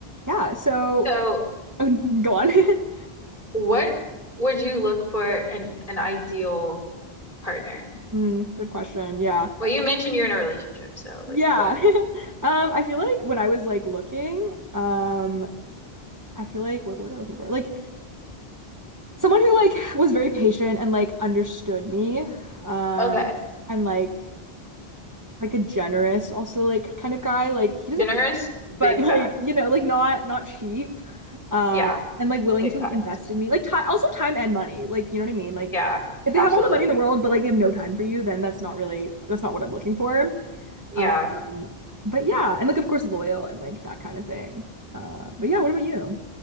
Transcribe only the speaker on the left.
So,
what would you look for in an ideal partner?
Well, you mentioned you're in a relationship, so like
what?
Okay.
Generous,
big
fact.
Yeah,
big
facts.
Yeah,
absolutely.
Yeah,